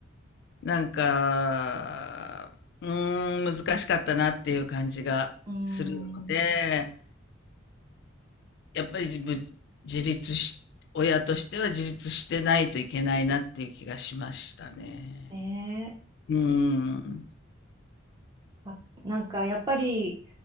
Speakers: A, on the left; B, on the right.
A: なんか、うーん、難しかったなっていう感じがするので、
B: ーん、
A: やっぱり自分、自立し、親としては自立してないといけないなっていう気がしましたね。
B: ねえ、
A: うーん。
B: わなんかやっぱり